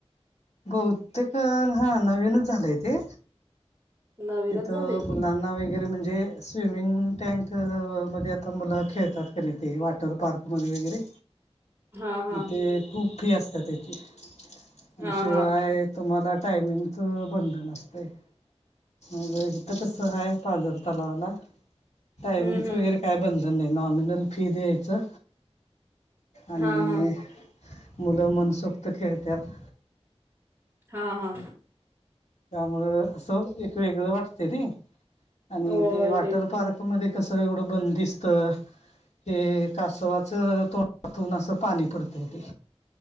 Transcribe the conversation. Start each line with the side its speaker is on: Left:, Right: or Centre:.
Left: बहुतेक हा नवीनच झालंय ते
Right: नवीनच
Left: तिथं
Right: झालंय
Left: मुलांना
Right: की
Left: वगैरे म्हणजे स्विमिंग टँक म आता मुलं खेळतात क नाही ते वॉटर पार्कमध्ये वगैरे
Right: हा हा
Left: मग ते खूप फी असत त्याची आणि
Right: हा
Left: शिवाय
Right: हा
Left: तुम्हाला टायमिंगचं बंधनसते म्हज इथ कस आहे पाजार तलावाला टायमिंग
Right: हम्म हम्म
Left: वगैरे काय बंधन नाही नॉमिनल फी द्यायचं आणि
Right: हा हा
Left: मुलं मनसुक्त खेळतात
Right: हा हा
Left: त्यामु असं एक वेगळं वाटते र आणि
Right: होय
Left: ते वॉटर
Right: तेच
Left: पार्क
Right: की
Left: मध्ये स एवढ बंद दिसत हे कासच तं त्यातून असं पाणी पडतय ते